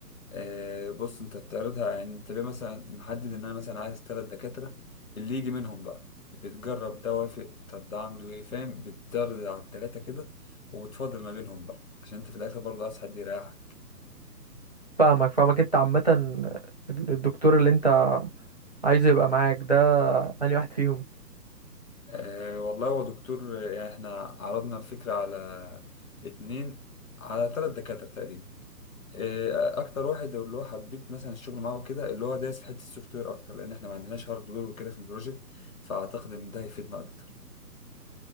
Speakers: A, on the left; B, on the right.
A: آه، بص انت بتعرضها يعني انت ليه مثلا محدد ان انا مثلا عايز ثلاث دكاترة اللي يجي منهم بقى بتجرب ده وافق طب ده عنده ايه فاهم بتعرض على التلاتة كده وبتفاضل ما بينهم بقى عشان انت في الاخر برضه عايز حد يريحك
B: فاهمك فاهمك انت عامة ال- الدكتور اللي انت عايزه يبقى معاك ده انهي واحد فيهم
A: أه والله هو دكتور آه، يعني احنا عرضنا الفكرة على اتنين على تلات دكاترة تقريبا آه، اكتر واحد اللي هو حبيت مثلا الشغل معاه كده اللي هو دايس في حته السوفت وير اكتر لان احنا ما عندناش هارد وير وكده في البروجكت فاعتقد ان ده هيفيدنا اكتر